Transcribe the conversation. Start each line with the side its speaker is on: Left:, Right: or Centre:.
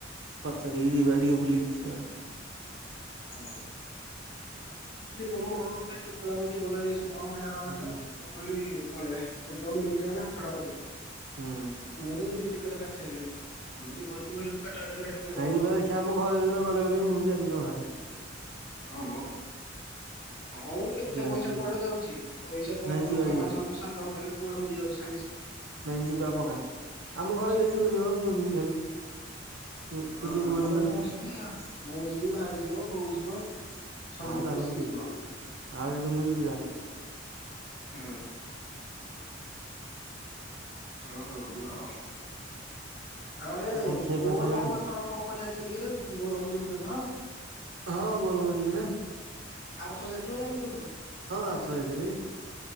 Right: ସେଠିକୁ ଯିବା ଟିକେ ବୁଲିକି ଆସିବା ଆଉ।
Left: ହୁଁ ଜୀବନ, ମରଣ କଥା କେତେ ଆଉ ଜୀବନରେ ମିଳିବ ନ ମିଳିବ,
Right: ହୁଁ
Left: ସେଥିପାଇଁ କହିଲି ପଳେଇବା, ସୁଯୋଗ ମିଳୁଛିମାନେ ହାତଛଡ଼ା କରିବାନି ଆଉ।।
Right: ହୁଁ।
Left: ମୁଁ ତ ଯିବି ଟିକଟ କାଟି ସାରିଲିଣି, ତମେ ଯିବ ଯଦି କହିଲେ ମୁଁ କାଟାକାଟି କରିବା ଟିକେଟ
Right: ନାଇଁ
Left: ତମର
Right: ଯିବା
Left: ଆଉ
Right: ଦେଖିବ ଆମ ଘରେ ଗଲେ ବୋଲି ମୁଁ ବି ଚାଲିିବି ତମ ସାଙ୍ଗରେ।
Left: ହଁ ମ କଣ କେତେ
Right: ଯିବା
Left: ପଇସା
Right: ବୁଲି
Left: କୁଆଡେ ଯାଉଛି, ପଇସା କଣ
Right: ନାଇଁ ଯିବା
Left: ଟଙ୍କା
Right: ଯିବା।
Left: ପାଞ୍ଚ ହଜାର ସାତ ହଜାର କୁଆଡେ ଉଡି ଯାଉଛି ସାଙ୍ଗ ସାଙ୍ଗେ।
Right: ନାଇଁ ଯିବା ପକା। ଆମ ଘରେ କେହି ଯିବେନି ମ ମୁଁ ଯିବି ଖାଲି। ତୁ
Left: ହଁ
Right: ତୁ ଯିବୁ
Left: ଆମ
Right: ବୋଲେ
Left: ଘରେ ମୁଁ ଯିବି ଆ । ମୁଁ ଯିବି, ଭାଇ ଯିବ, ବୋଉ ଯିବ। ସମସ୍ତେ
Right: ହଁ, ତାହାଲେ
Left: ମିଶିକି
Right: ମୁଁ ଯିବି।
Left: ଯିବୁ ଆମେ।
Right: <unintelligible> ସୁବିଧା ହେଲା।
Left: ହୁଁ। ଓଃ ହଉ ଆଉ। ଆରେ
Right: ଆଉ କଣ ଖିଆ
Left: ବୋଲ
Right: ପିଆ ସରିଲାଣି?
Left: ବୋମ ଏଥର କଣ କରିବା କେମତିକିରେ ବୋଲବମ ଯିବୁ ତୁ ଏଥର।
Right: ହଁ ବୋଲବମ୍ ଯିବି ନା
Left: ଆରଥର ଯାଇଥିଲୁ ନା ଜାଇି ନଥିଲୁ ତୁ।
Right: ହଁ ଆସ ଏଇଥିଲି।